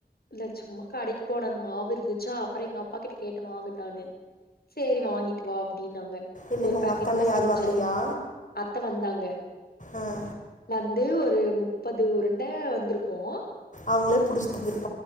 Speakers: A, on the left; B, on the left.
A: இல்ல சும்மா கடைக்கு போனேன் அது மாவு இருந்துச்சா அப்புறம் எங்க அப்பா கிட்ட கேட்டேன் வாங்கடான்னு சேரி வாங்கிட்டு வா அப்படின்னாங்க
B: இன்னைக்கு
A: ஒரு
B: உங்க
A: பாக்கெட்
B: அக்கால்லா
A: தான்
B: யாரு
A: செஞ்சேன்
B: வரலையா
A: அத்த வந்தாங்க
B: ஆ
A: வந்து ஒரு முப்பது உருண்ட வந்திருக்கோம்
B: அவுங்களே பிடிச்சு தந்துயிருப்